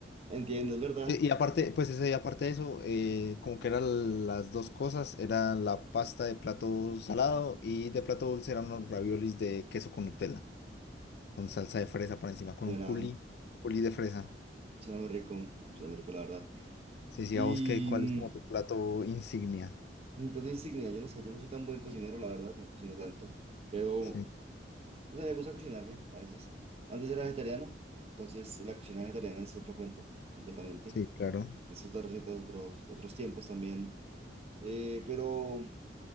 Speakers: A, on the right; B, on the left.
A: Entiendo, es verdad.
B: Y, y aparte, pues ese, y aparte de eso, eh, como que eran las dos cosas, era la pasta de plato salado y de plato dulce eran unos raviolis de queso con Nutella, con salsa de fresa por encima, con
A: Suena,
B: un culi, culi de fresa.
A: suena muy rico, suena muy rico, la verdad.
B: Sí, sí,
A: Y
B: a vos qué, ¿cuál
A: mm,
B: es como tu plato insignia?
A: mi plato insignia, yo no sé, yo no soy tan buen cocinero, la verdad, no cocino tanto, pero,
B: Sí,
A: no sé, me gusta cocinarme a veces. Antes era vegetariano, entonces la cocina vegetariana es otro cuento, completamente.
B: sí, claro,
A: Es otras recetas, otros, otros tiempos también. Eh, pero...